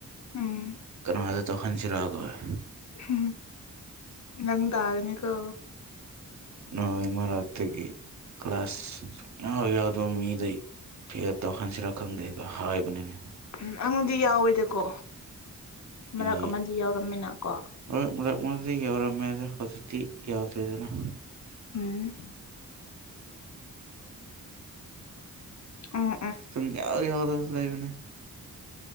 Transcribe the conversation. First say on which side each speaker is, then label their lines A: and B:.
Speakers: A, on the left; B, on the right.
A: ꯎꯝ
B: ꯀꯥꯅꯗ ꯇꯧꯍꯟ UNINTELLIGIBLE
A: ꯎꯝ ꯅꯪ ꯇꯥꯒꯅꯤꯀꯣ
B: ꯅꯣꯏ ꯃꯔꯛꯇꯒꯤ ꯀ꯭ꯂꯥꯁ ꯌꯥꯎ- ꯌꯥꯎꯗꯕ ꯃꯤꯗꯩ ꯐꯦꯜ ꯇꯧꯍꯟꯁꯤꯔꯥ ꯈꯪꯗꯦꯒ ꯍꯥꯏꯕꯅꯤꯅꯦ
A: ꯎꯝ ꯑꯪꯗꯤ ꯌꯥꯎꯋꯦꯗꯀꯣ ꯃꯔꯛ
B: ꯑꯩ
A: ꯑꯃꯗꯤ ꯌꯥꯎꯔꯝꯃꯤꯅ ꯀꯣ
B: ꯃꯔꯛ ꯃꯔꯛ- ꯃꯔꯛꯇꯗꯤ ꯌꯥꯎꯔꯝꯃꯦꯗ ꯍꯧꯖꯤꯛꯇꯤ ꯌꯥꯎꯗ꯭ꯔꯦ ꯗꯦꯗꯅꯥ
A: ꯎꯝ ꯎꯝ
B: ꯁꯨꯝ ꯌꯥꯎ -ꯌꯥꯎꯗꯖꯨ ꯂꯩꯕꯅꯦ